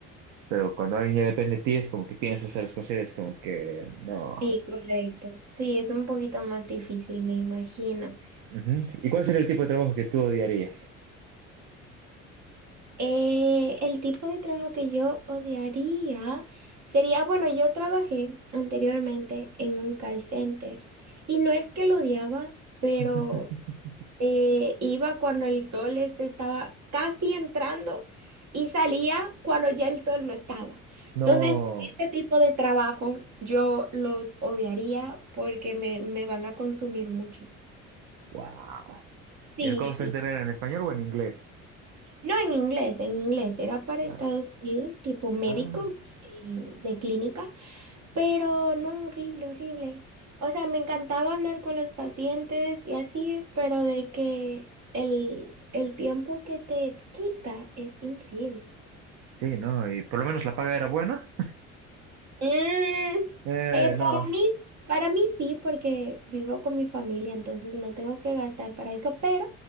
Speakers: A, on the right; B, on the right.
A: Pero cuando alguien ya depende de ti es como que tienes que ser responsable, es como que no.
B: sí, correcto. Sí, es un poquito más difícil, me imagino.
A: Ujú. ¿Y cuál sería el tipo de trabajo que tú odiarías?
B: Eh, el tipo de trabajo que yo odiaría sería, bueno, yo trabajé anteriormente en un call center y no es que lo odiaba, pero
A: <laughs>
B: eh, iba cuando el sol es- estaba casi entrando y salía cuando ya el sol no estaba.
A: No.
B: Entonces, ese tipo de trabajos yo los odiaría porque me, me van a consumir mucho.
A: Wow.
B: Sí,
A: ¿Y el call center
B: sí.
A: era en español o en inglés?
B: No en inglés, en inglés. Era para
A: Ah,
B: Estados Unidos, tipo médico
A: ah.
B: eh, de clínica. Pero no, horrible, horrible. O sea, me encantaba hablar con los pacientes y así, pero de que el, el tiempo que te quita es increíble.
A: Sí, ¿no? ¿Y por lo menos la paga era buena?
B: Mm,
A: Eh,
B: Eh, para
A: no.
B: mí, para mí sí, porque vivo con mi familia, entonces no tengo que gastar para eso, pero